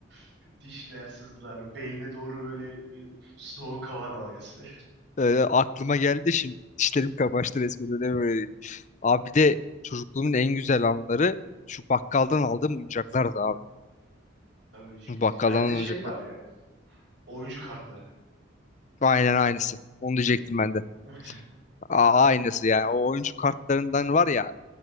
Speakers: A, on the right; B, on the left.
A: <laughs> dişler sızlar. Beyne doğru böyle bir soğuk hava dalgası.
B: Ee, aklıma geldi şimdi. Dişlerim kamaştı resmen öyle böyle. Abi bir de çocukluğumun en güzel anları şu bakkaldan aldığım oyuncaklardı abi.
A: <laughs> Tabii
B: Bu
A: bir
B: Bakkaldan
A: de bende
B: aldığım
A: şey
B: oyuncaklar.
A: var yani. Oyuncu kartları.
B: Aynen aynısı. Onu diyecektim
A: Hı.
B: ben de.
A: <laughs>
B: Aa, aynısı yani. O oyuncu kartlarından var ya